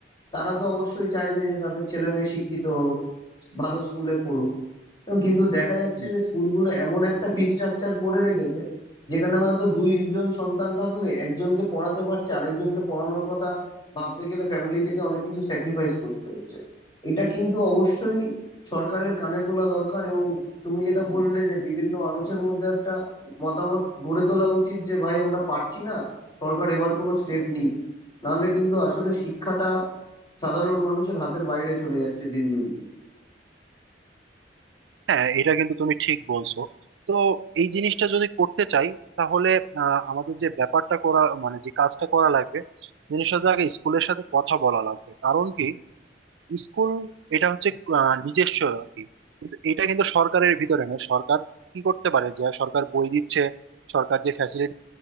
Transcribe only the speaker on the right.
হুম।
হ্যাঁ এটা কিন্তু তুমি ঠিক বলছো তো এই জিনিসটা যদি করতে চাই তাহলে আহ, আমাদের যে ব্যাপারটা করা মানে যে কাজটা করা লাগবে জিনিসটা আগে স্কুলের সাথে কথা বলা লাগবে কারণ কি স্কুল এটা হচ্ছে আহ, নিজস্ব আর কি কিন্তু এটা কিন্তু সরকারের ভিতরে নেই সরকার কি করতে পারে যে সরকার বই দিচ্ছে সরকার যে ফ্যাসিলিটি